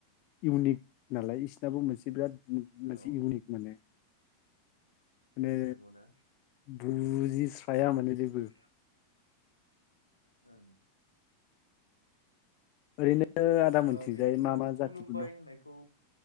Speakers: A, on the left; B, on the left.
A: इउनिक नालाय बिसनाबो मोनसे बिराद ओम मोनसे
B: औ
A: इउनिक माने। माने
B: नंगौना
A: बुजिस्राया माने जेबो।
B: <inaudible> ओं
A: ओरैनो आदा मोनथिंजाय
B: अ बिसिनियाव
A: मा मा
B: खुलुमबाय
A: जाथिफोर दं
B: होननाय खौ